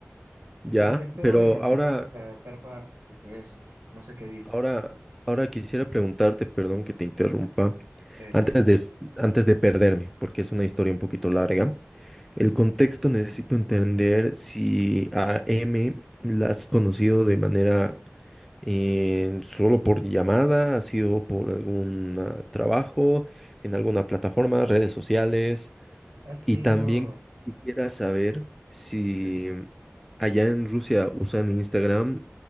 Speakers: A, in the centre; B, on the right.
A: Ya,
B: Se molestó
A: pero
B: y nos
A: ahora,
B: mandábamos a adaptar parte, así que eso, no sé qué dices.
A: ahora, ahora quisiera preguntarte, perdón que te interrumpa,
B: Sí, sí.
A: antes de, s- antes de perderme, porque es una historia un poquito larga. El contexto necesito entender si a M la has conocido de manera eh, solo por llamada, ha sido por algún ah, trabajo, en alguna plataforma, redes sociales.
B: Ha sido...
A: Y también quisiera saber si
B: Ujú.
A: allá en Rusia usan Instagram,